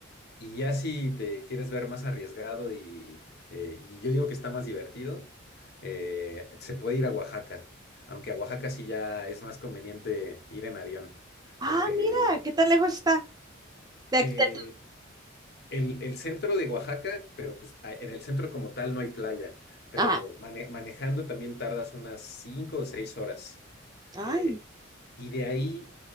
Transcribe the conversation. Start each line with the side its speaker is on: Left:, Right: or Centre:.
Left: Y ya si te quieres ver más arriesgado y, eh, y yo digo que está más divertido, eh, se puede ir a Oaxaca, aunque a Oaxaca sí ya es más conveniente ir en avión,
Right: Ah,
Left: porque
Right: mira, ¿qué tan lejos está? de-
Left: eh,
Right: de tu-
Left: el, el centro de Oaxaca, pero pues a- en el centro como tal no hay playa, pero
Right: Ajá,
Left: mane- manejando también tardas unas cinco o seis horas.
Right: Ay,
Left: Eh, y de ahí,